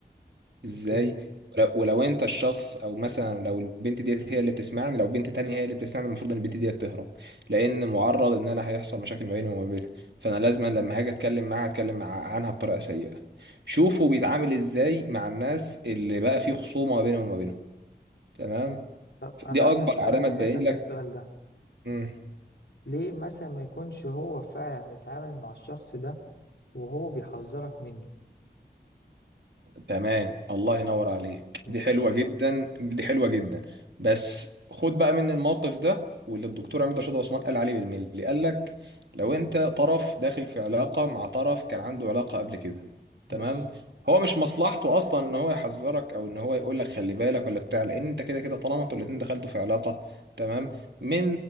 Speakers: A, on the right; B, on the left.
A: ازاي
B: اوكي
A: ولو ولو انت الشخص او مثلا لو البنت ديت هي اللي بتسمعني لو بنت تانية هي اللي بتسمعني المفروض ان البنت ديت تهرب لان معرض ان انا هيحصل مشاكل ما بيني وما بينها فانا لازما لما هاجي اتكلم معاها اتكلم مع- عنها بطريقة سيئة شوفوا بيتعامل ازاي مع الناس اللي بقى فيه خصومة ما بينهم وما بينهم تمام
B: طب انا
A: دي اكبر
B: عايز اسألك
A: علامه
B: حتة
A: تبين
B: في
A: لك
B: السؤال ده
A: مم.
B: ليه مثلا ما يكونش هو فعلا اتعامل مع الشخص ده وهو بيحذرك منه
A: تمام الله ينور عليك
B: يعني
A: دي حلوة
B: إحنا-
A: جدا دي حلوة جدا بس خد بقى مني الموقف ده واللي الدكتور عماد رشاد عثمان قال عليه بالملي قال لك لو انت طرف داخل في علاقة مع طرف كان عنده علاقة قبل كده
B: ماشي
A: تمام هو مش مصلحته اصلا ان هو يحذرك او ان هو يقول لك خلي بالك ولا بتاع لان انت كده كده طالما انتوا الاتنين دخلتوا في علاقة تمام من